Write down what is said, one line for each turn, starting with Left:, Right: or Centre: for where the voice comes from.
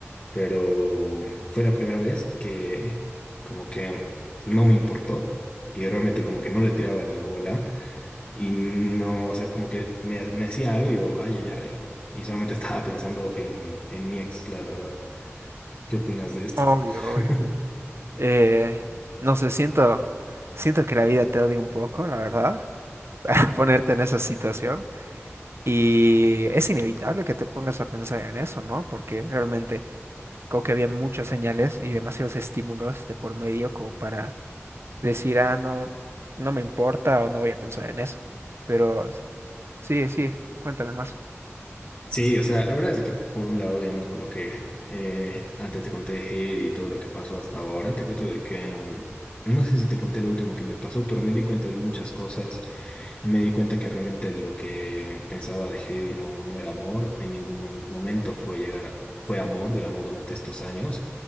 Left: Pero fue la primera vez que como que no me importó y realmente como que no le tiraba ni bola y no, o sea, como que me, me decía algo y yo, ay, ay, ay, digamos. Y solamente estaba pensando en, en mi ex, la verdad. ¿Qué opinas de esto?
Right: obvio, obvio.
Left: <laughs>
Right: Eh, no sé, siento, siento que la vida te odia un poco, la verdad, <laughs> para ponerte en esa situación. Y es inevitable que te pongas a pensar en eso, ¿no? Porque realmente como que había muchas señales y demasiados estímulos de por medio como para decir, ah, no, no me importa o no voy a pensar en eso. Pero s- sí sigue, cuéntame más.
Left: Sí, o sea, la verdad es que por un lado, digamos, con lo que eh, antes te conté de Heidi y todo lo que pasó hasta ahora, te cuento de que, mm, no sé si te conté lo último que me pasó, pero me di cuenta de muchas cosas y me di cuenta que realmente lo que pensaba de Heidi no, no era amor, en ningún mo- momento fue llegar a- fue amor, digamos, durante estos años,